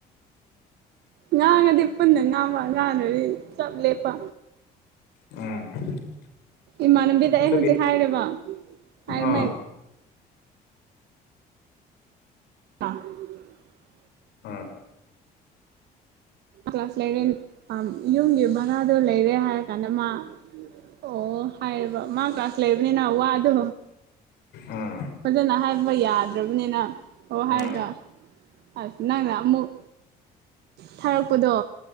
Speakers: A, on the right; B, on the left.
A: ꯉꯥꯡꯉꯗꯤ ꯄꯨꯟꯅ ꯉꯥꯡꯕ ꯉꯥꯡꯅꯗꯤ ꯆꯞ ꯂꯦꯞꯄ
B: ꯎꯝ
A: ꯏꯃꯥꯟꯅꯕꯤꯗ ꯑꯩ
B: ꯑꯗꯨꯒꯤ
A: ꯍꯧꯖꯤꯛ ꯍꯥꯏꯔꯦꯔꯤꯕ ꯍꯥꯏꯔꯝ
B: ꯑꯥ
A: <unintelligible>
B: ꯎꯝ
A: ꯀ꯭ꯂꯥꯁ ꯂꯦꯚꯦꯟ ꯌꯨꯝꯒꯤ ꯚꯔꯥꯗꯨꯣ ꯂꯩꯔꯦ ꯍꯥꯏꯔ ꯀꯥꯟꯗ ꯃꯥ ꯑꯣ ꯍꯥꯏꯌꯦꯕ ꯃꯥ ꯀ꯭ꯂꯥꯁ ꯂꯩꯕꯅꯤꯅ ꯋꯥ ꯑꯗꯣ
B: ꯑꯥ
A: ꯐꯖꯅ ꯍꯥꯏꯔꯝꯕ ꯌꯥꯗ꯭ꯔꯕꯅꯤꯅ ꯑꯣ ꯍꯥꯏꯔꯒ
B: ꯑꯥ
A: ꯑꯁ ꯅꯪꯅ ꯑꯃꯨꯛ ꯊꯥꯔꯛꯄꯗꯣ